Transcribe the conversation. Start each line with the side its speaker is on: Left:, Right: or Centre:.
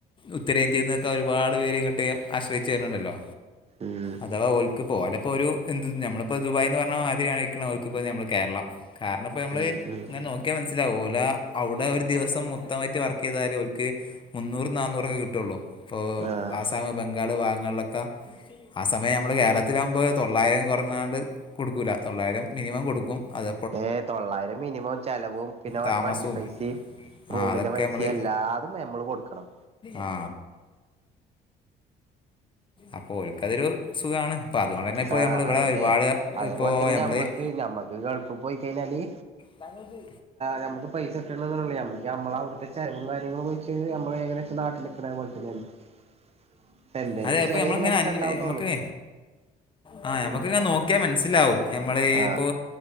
Left: ഉത്തരേന്ദ്യേന്നൊക്ക ഒരുപാട് പേര് ഇങ്ങട്ട് ആശ്രയിച് വര്ണ് ണ്ടല്ലോ
Right: ഉം
Left: അതവാ ഓൽക്ക് പ്പൊ ഓലപ്പോരു എന്ത്ന്ന് ഞമ്മളിപ്പ ദുബായി്ന്ന് പർഞ്ഞ മാതിരിയാണ് ക്ക്ണ് ഓൽക്ക് ഇപ്പ ഞമ്മള കേര്ളം കാര്ണം ഇപ്പ ഞമ്മള്
Right: ഉം ഉം
Left: ങ്ങനെ നോ ക്ക്യാ മൻസ്സിലാവു ഓല അവ്ടെ ഒരു ദിവസം മൊത്തമായിട്ട് വർക്ക്യ്താല് ഓൽക്ക് മുന്നൂറ് നാന്നൂറ് ഒക്ക കിട്ടോള്ളൂ ഇപ്പൊ
Right: ആഹ്
Left: ആസാമ് ബംഗാള് ഭാഗങ്ങൾലൊക്ക ആ സമയം ഞമ്മള് കേരളത്തിലാവുമ്പോ തൊള്ളായിരം കൊർഞ്ഞാണ്ട് കൊടുക്കൂല തൊള്ളായിരം മിനിമം കൊടുക്കും അത്
Right: ഏ തൊള്ളായിരം മിനിമം ചെലവും പിന്നെ ഓല
Left: താമസവും
Right: വണ്ടി പൈസിം
Left: ആ
Right: റൂമിന്റെ
Left: അതൊക്കെ
Right: പൈസിം
Left: നമ്മള്
Right: എല്ലാതും ഞമ്മള് കൊടുക്കണം
Left: ആ അപ്പൊ ഓൽക്കതൊരു സുഖാണ് ഇപ്പോ അതുകൊണ്ട് തന്നെ ഇപ്പോ
Right: ആ
Left: നമ്മള് ഇവിടെ
Right: അയന്നെ
Left: ഒരുപാട്
Right: അതേപോൽ
Left: ഇപ്പോ
Right: തന്നെ
Left: നമ്മള്
Right: ഞമ്മക്ക് ഞമ്മക്ക് ഗൾഫ് പോയി കഴിഞ്ഞാല്
Left: ഞങ്ങക്ക്
Right: ഞമ്മക്ക് പൈസ കിട്ടണന്നൊള്ളി ഞമ്മക്ക് ഞമ്മള അവ്ട്ത്തെ ചെലവും കാര്യങ്ങളും വെച്ച് ഞമ്മള് ഏകദേശം നാട്ടില് <unintelligible> എന്തേലും
Left: അതെ ഇപ്പൊ
Right: ചെറിയൊരു
Left: നമ്മളിങ്ങനെ
Right: മെച്ചം
Left: അന്വ
Right: ഇണ്ടാവുന്നോള്ളു
Left: നമുക്ക് ആ ഞമ്മക്ക് ഇങ്ങെനെ നോക്കിയാ മൻസ്സിലാവും ഞമ്മള്
Right: ആഹ്
Left: ഇപ്പോ